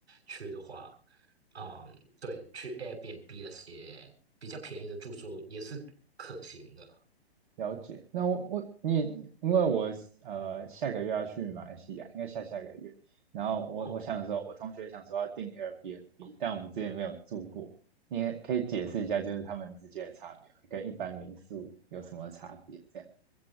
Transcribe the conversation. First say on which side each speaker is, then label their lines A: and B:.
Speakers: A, on the right (about 70°); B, on the right (about 50°).
A: 去的话，嗯，对，去 Airbnb 那些比较便宜的住宿也是可行的。
B: 了解。那我我你因为我呃下个月要去马来西亚，应该下下个月。然后我我想说，
A: 哦，
B: 我同学想说要订 Airbnb，但我们之前没有住过。你也可以解释一下，就是他们之间的差别，跟一般民宿有什么差别？这样。